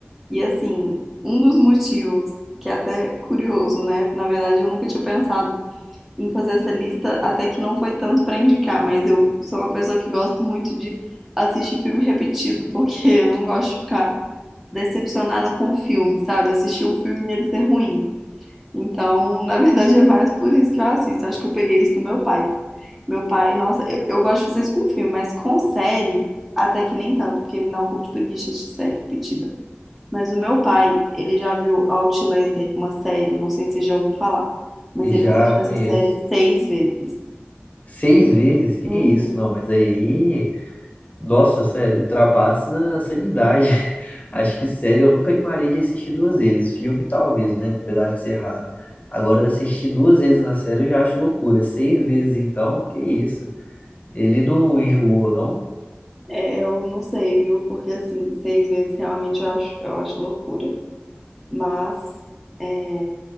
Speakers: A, in the centre; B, on the left.
A: E assim, um dos motivos, que é até curioso, né? Na verdade, eu nunca tinha pensado em fazer essa lista, até que não foi tanto pra indicar, mas eu sou uma pessoa que gosto muito de assistir filme repetido, porque eu não gosto de ficar decepcionada com o filme, sabe? Assistir um filme e ele ser ruim. Então, na verdade, é mais por isso que eu assisto. Acho que eu peguei isso do meu pai. Meu pai, nossa, eu, eu gosto de fazer isso com filme, mas com série, até que nem tanto, porque me dá um pouco de preguiça de série repetida. Mas o meu pai, ele já viu Outlander, uma série, não sei se você já ouviu falar, mas
B: Já
A: ele assistiu
B: conheço.
A: essa série seis vezes.
B: Seis vezes? Que
A: Uhum.
B: isso? Não, mas aí, nossa, sério, ultrapassa a sanidade. <laughs> Acho que, sério, eu nunca animaria de assistir duas vezes. Filme, talvez, né? Apesar de ser raro. Agora, assistir duas vezes na série eu já acho loucura. Seis vezes, então, que isso? Ele não enjoou, não.
A: É, eu não sei, viu? Porque assim, seis vezes realmente eu acho, eu acho loucura. Mas é,